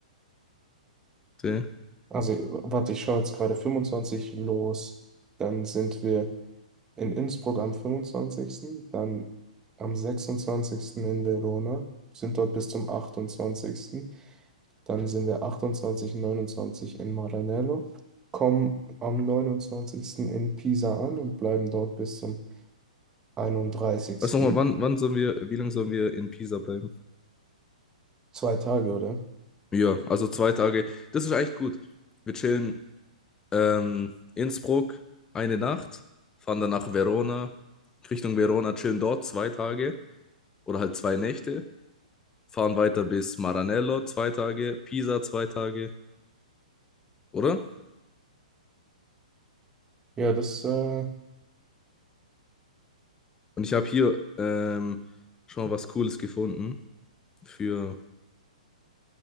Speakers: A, on the left (about 15°); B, on the right (about 15°).
A: okay?
B: also warte, ich schaue jetzt gerade 25 los. Dann sind wir in Innsbruck am fünfundzwanzigsten, dann am sechsundzwanzigsten in Verona, sind dort bis zum achtundzwanzigsten Dann sind wir achtundzwanzig neunundzwanzig in Maranello, kommen am neunundzwanzigsten in Pisa an und bleiben dort bis zum einunddreißigsten.
A: Weißt du nochmal, wann, wann sollen wir, wie lange sollen wir in Pisa bleiben?
B: Zwei Tage, oder?
A: Ja, also zwei Tage. Das ist eigentlich gut. Wir chillen ähm, Innsbruck eine Nacht, fahren dann nach Verona, Richtung Verona, chillen dort zwei Tage oder halt zwei Nächte, fahren weiter bis Maranello zwei Tage, Pisa zwei Tage, oder?
B: Ja, das äh,
A: Und ich habe hier ähm, schon mal was Cooles gefunden für,